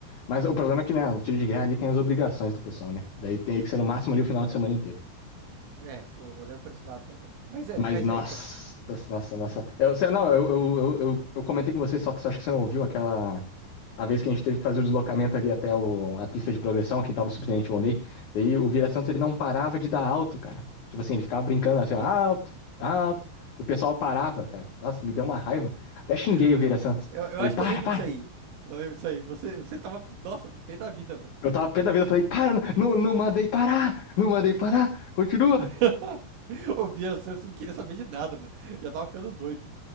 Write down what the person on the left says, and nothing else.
Mas o problema é que, né, no tiro de guerra ali tem as obrigações do pessoal, né? Daí tem que ser no máximo ali o final de semana inteiro.
Mas,
nossa,
nossa, nossa. Eu, você- não, eu, eu, eu, eu, eu comentei com você, só que você acha que você não ouviu aquela. A vez que a gente teve que fazer o deslocamento ali até o, a pista de progressão, que tava o subtenente Volney. Daí o Vila Santos ele não parava de dar alto, cara. Tipo assim, ele ficava brincando assim, ó, alto, alto. E o pessoal parava, cara. Nossa, me deu uma raiva. Até xinguei
o Vila Santos.
Falei,
para,
para.
Eu tava pé da vida, eu falei, para, não, não mandei parar, não mandei parar, continua.